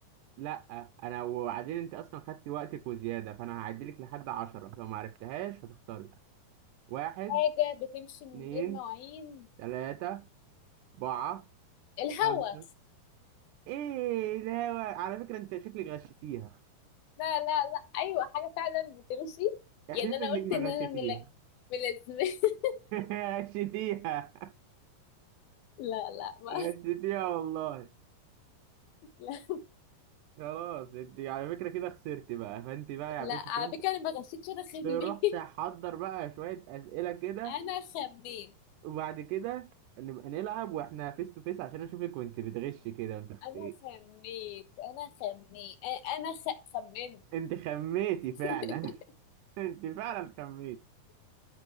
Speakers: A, on the right; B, on the left.
A: لا انا وبعدين انت اصلا خدتي وقتك وزياده فانا هعدلك لحد عشرة لو ما عرفتهاش هتخسري واحد
B: حاجه بتمشي من
A: اتنين
B: غير مواعين
A: تلاته اربعه
B: الهوا
A: خمسه ايه لا على فكره انت شكلك غشيتيها
B: لا لا لا ايوه حاجه فعلا بتمشي
A: احلف
B: يعني انا
A: انك
B: قلت
A: ما
B: ان انا
A: غشيتيها
B: ملا ملازمه <laughs>
A: غشيتيها
B: لا لا ما
A: غشيتيها <laughs> والله
B: <laughs> لا
A: خلاص انت على فكره كده خسرتي بقى فانت بقى يا
B: لا
A: باشا
B: على
A: تروح
B: فكره انا ما غشيتش انا خميت
A: تروح
B: <laughs>
A: تحضر بقى شويه اسئله كده
B: انا خميت
A: وبعد كده نبقى نلعب واحنا فيس تو فيس عشان اشوفك وانت بتغش كده وانت بت-
B: انا
A: إيه.
B: خميت انا خميت انا خ... خمنت
A: انت خميتي
B: <laughs>
A: فعلا <laughs> انت فعلا خميتي